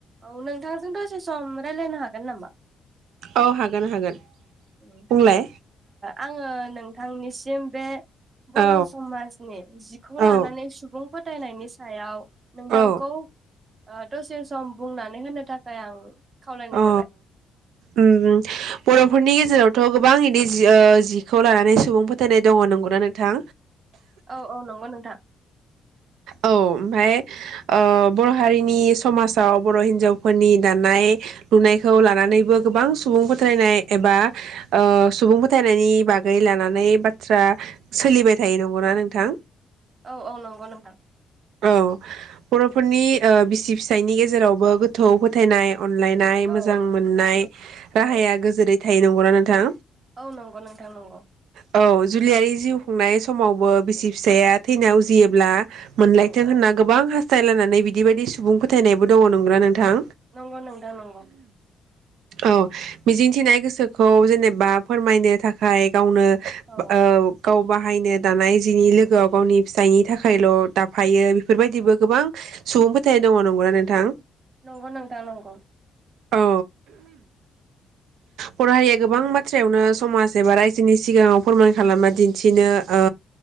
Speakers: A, on the right; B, on the right.
A: औ नोंथांजों दसे सम रायज्लायनो हागोन नामा?
B: औ हागोन हागोन।
A: ओ
B: बुंलाय
A: आंङो नों थांनिसिम बे बर'
B: औ
A: समाजनि जिखौ
B: औ
A: लानानै सुबुं फो थायनायनि सायाव नोंथांखौ
B: औ
A: ओ दसे सम बुंनानै होनो थाखाय आं खावलायनाय
B: अ
A: जाबाय।
B: उम बर'फोरनि गेजेराव' थ' गोबां इदि जि ओ जिखौ लानानै सुबुं फोथायनाय दङ नंगौना नोंथां?
A: औ औ नंगौ नोंथां।
B: औ ओमफाय बर' हारिनि समाजाव बर' हिन्जावफोरनि दानाय लुनायखौ लानानैबो गोबां सुबुं फोथायनाय एबा ओ सुबुं फोथायनायनि बागै लानानै बाथ्रा सोलिबाय थायो नंगौना नोंथां
A: औ औ नंगौ नोंथां
B: औ बर'फोरनि ओ बिसि फिसायनि गेजेरावबो गोथौ फोथायनाय अनलायनाय
A: औ
B: मोजां मोननाय राहाया
A: औ
B: गोजोरै थायोै नंगौना नोंथां।
A: औ नंगौ नोंथां नंगौ।
B: औ जुलियारि जिउ खुंनाय समावबो बिसि फिसाया
A: औ
B: थैना उजि जियोब्ला मोनलायथों
A: औ औ
B: होनना गोबां ह फोटाइलानानै बिदि बायदि सुबुं फोथायनायबो दङ नंग्रा नोंथां
A: नंगौ नोंथां नंगौ
B: औ। मिजिंथिनाय गोसोखौ जेनेबा फोरमायनो थाखाय गाव गावनो
A: औ
B: ओ गाव बाहायनो दानाय जिनि लोगोआव गावनि फिथाइनि थाखायल' दाफायो बेफोरबायदिबो गोबां सुबुं फोथाय दङ नंगौना नोंथां
A: नंगौ नोंथां नंगौ।
B: औ। बर' हारिया गोबां बाथ्रायावनो समाज एबा रायजोनि सिगाङाव फोरमान खालामना दिन्थिनो ओ